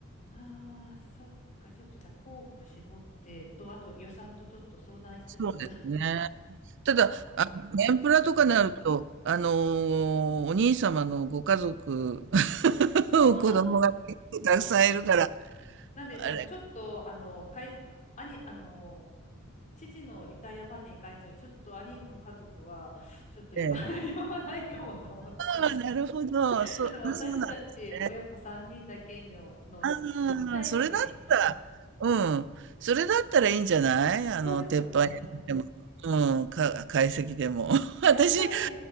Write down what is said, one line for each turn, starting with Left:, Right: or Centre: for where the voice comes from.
Left: ああ、そっか。ちょっとじゃあ候補絞ってと、あと予算とちょっと相談しつつ。
Right: そうですね。ただ、あの、天ぷらとかになると、あのーお兄様のご家族、<laughs>
Left: そうなんですよ。
Right: 子供が結構たくさんいるから、
Left: なんで、あの、
Right: あれ、
Left: ちょっと、あの、かい、兄、あの、父のリタイアパーティーに関しては、ちょっと兄の家族は、ちょっと呼ばない、
Right: ええ
Left: <laughs> 呼ばないかもと思って。
Right: ああ、なるほど。そう、
Left: ちょっと私たち親子3人だけの、
Right: あそうなんですね。
Left: のち、
Right: ああ、
Left: ちっちゃいのに、
Right: それだったら、うん、それだったらいいんじゃないあの、
Left: そうですよね。
Right: 鉄板焼きでも、うん、か、懐石でも。<laughs> 私、
Left: やっぱり
Right: あの、